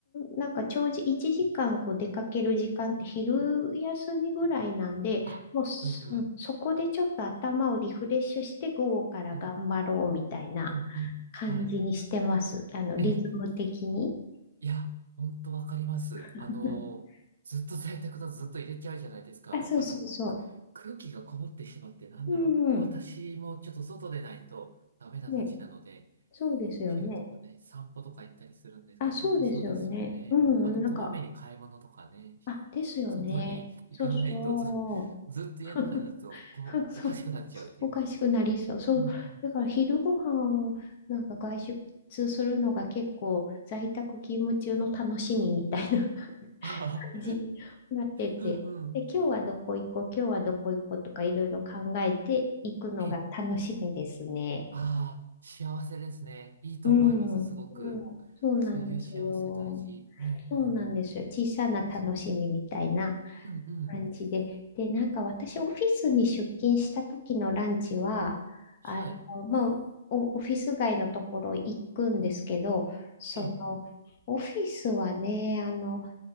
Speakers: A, on the left (about 30°); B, on the right (about 85°).
A: なんか長時、1時間こう出かける時間って昼休みぐらいなんで、
B: あ、
A: もうそ、
B: うんうん。
A: そこでちょっと頭をリフレッシュして午後から頑張ろうみたいな
B: うん、うん、うん。
A: 感じにしてます。
B: はい。
A: あの、
B: ええ。
A: リズム的に。
B: いや、本当わかります。
A: <laughs>
B: あの、ずっと在宅だとずっと入れちゃうじゃないですか。
A: あ、そうそうそう。
B: あの、く空気がこもってしまってなんだろう。
A: うんうん。
B: 私もちょっと外でないとダメなたちなので、
A: ね、そうですよね。
B: お昼とかね、散歩とか行ったりするんですけど、
A: あ、そうですよね。
B: 本当そうですよね。
A: うんうん、
B: あと、
A: なんか、
B: こまめに買い物とかね、
A: あ、ですよね。
B: 外に行かないとず、
A: そうそ
B: ずっと家の中にいると、
A: う。<laughs>
B: この、
A: そう、
B: おかしくなっちゃうっていうか。
A: おかしくなりそう。そう。
B: うんうん。
A: だから昼ご飯なんか外出するのが結構在宅勤務中の楽しみみたいな <laughs>
B: <laughs> ああ、
A: 感じになってて。
B: うんうん。
A: で、今日はどこ行こう、今日はどこ行こうとかいろいろ考えていくのが楽しみですね。
B: ええ、ああ、幸せですね。いいと思います、
A: うん。うん、
B: すごく。
A: そうなんですよ。
B: そういう幸せ大事。うんうん。
A: そうなんですよ。小さな楽しみみたいな
B: いいですね。うんうん。
A: 感じで。で、なんか私、オフィスに出勤した時のランチは、
B: はい。
A: あの、まあ、おオフィス街のところ行くんですけど、その、
B: ええ、
A: オフィスはね、あの、